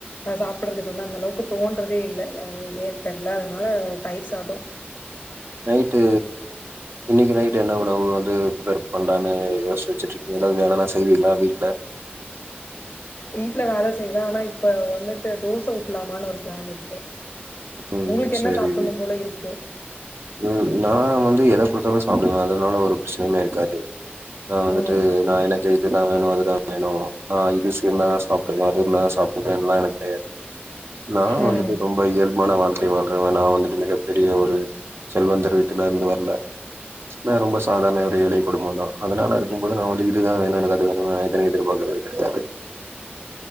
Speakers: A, on the left (about 50°); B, on the right (about 85°).
A: சாப்பிட்றதுக்கு வந்து அந்த அளவுக்கு தோன்றதே இல்ல ஏன் தெர்ல அதனால தயிர் சாத
B: நைட்டு இன்னைக்கு நைட்டு என்ன உணவு வந்து <unintelligible> கொண்டானனு யோசிச்சு வச்சுட்டு இருக்கீங்க ஏதாவது வேல எல்லா செய்வீல வீட்ல
A: வீட்டுல வேல செய்வ ஆனா இப்ப வந்துட்டு தோச ஊத்தலாமான்னு ஒரு பிளான் இருக்கு
B: ம்
A: உங்களுக்கு என்ன
B: சரி
A: சாப்புட்ணும் போல இருக்கு
B: உம் நா வந்து எத கொடுத்தாலு ச ப்டுவே அதனால ஒரு பிரச்சனையுமே இருக்காது நா வந்துட்டு
A: ம்
B: நா எனக்கு இதுதா வேணு அதுதா வேணு ஆஹ் இது ன்னா சாப்டுவன் அதுன்ன சாப்பிடுவேல்லா எனக்கு தெரியாது நா
A: ம்
B: வந்துட்டு ரொம்பா இயல்பானவ றன் நான் வந்துட்டு மிகப்பெரிய ஒரு செல்வந்தர் விட்டுல இருந்து வரல நா ரொம்ப சாதாரண ஒரு ஏழை குடும்பம் தா அதனால இருக்கும்போது நா வந்து இதா வேணு எனக்குை வேணும்ன் எனை எதிர்பார்க்கறது கெடையாது